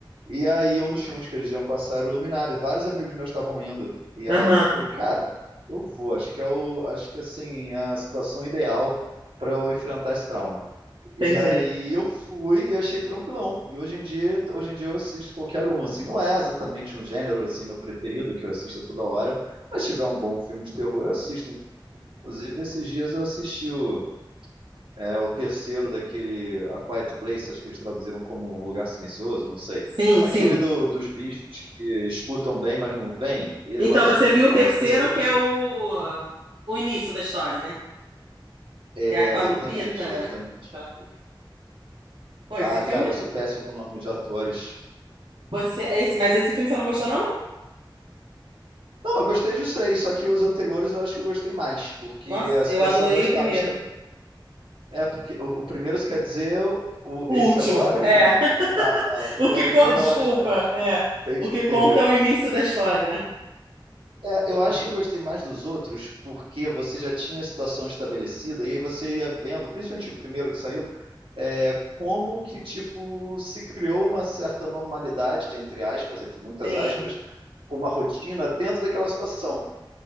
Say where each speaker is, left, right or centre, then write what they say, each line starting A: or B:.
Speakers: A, on the right; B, on the right.
A: E aí um dos filmes que eles iam passar era o Iluminado, e vários amigos meus estavam indo. E
B: Aham,
A: aí eu falei, cara, eu vou, acho que é o, acho que assim, é a situação ideal para eu enfrentar esse trauma. E
B: entendi.
A: aí eu fui e achei tranquilão. E hoje em dia, hoje em dia eu assisto qualquer um, assim, não é exatamente um gênero assim meu preferido que eu assisto toda hora, mas se tiver um bom filme de terror, eu assisto Inclusive, esses dias eu assisti o, é, o terceiro daquele A Quiet Place, acho que eles traduziram como Um Lugar Silencioso, não sei.
B: Sim,
A: Aquele
B: sim.
A: do- dos bichos que escutam bem, mas não veem, eu
B: Então,
A: acho
B: você
A: muito
B: viu
A: bom.
B: o terceiro,
A: Esse terceiro eu não
B: que
A: achei.
B: é o, o início da história, né?
A: É,
B: Que é com a
A: exatamente,
B: Lupita.
A: exatamente.
B: Ela- Pô, esse
A: Ah,
B: filme.
A: cara, eu sou péssimo com o nome de atores.
B: Você, é esse, mas esse filme você não gostou, não?
A: Não, eu gostei dos três, só que os anteriores eu acho que eu gostei mais, porque
B: Nossa,
A: a situação
B: eu adorei
A: já estava
B: o primeiro.
A: estabelecida. É, porque o, o primeiro quer dizer o,
B: O
A: esse
B: último,
A: agora,
B: é.
A: o,
B: <laughs>
A: tá, ah, o primeiro
B: O que. co-
A: cronologicamente.
B: Desculpa, é.
A: Entendi,
B: O que
A: entendi.
B: conta é o início da história, né?
A: É, eu acho que eu gostei mais dos outros, porque você já tinha a situação estabelecida, e aí você ia vendo, principalmente o primeiro que saiu, é, como que, tipo, se criou uma certa normalidade, entre aspas, entre muitas
B: Sim.
A: aspas, uma rotina dentro daquela situação.